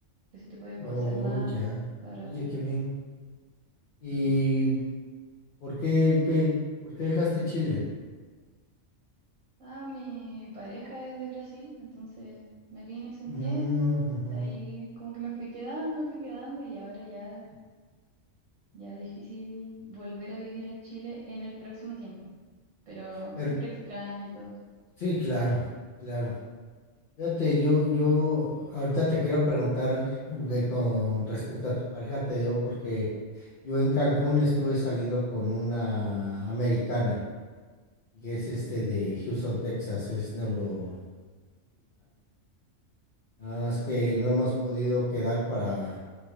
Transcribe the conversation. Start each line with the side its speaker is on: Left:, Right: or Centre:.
Right: ese tipo de cosas
Left: Oh,
Right: es más
Left: ya.
Right: barato.
Left: Oye, qué bien. ¿Y
Right: Ujú.
Left: por qué, qué- por qué dejaste Chile?
Right: Ah, mi pareja es de Brasil, entonces me vine hace un
Left: Mm,
Right: tiempo,
Left: ujú.
Right: de ahí como que me fui quedando, me fui quedando y ahora ya, ya difícil volver a vivir a Chile en el próximo tiempo, pero
Left: Pero,
Right: siempre extraño y todo.
Left: sí, claro, claro. Fíjate, yo, yo ahorita te quiero preguntar de con respecto a tu pareja, te digo, porque yo en Cancún estuve saliendo con una americana, que es este de Houston, Texas, es neurocirujana. Ah, es que no hemos podido quedar para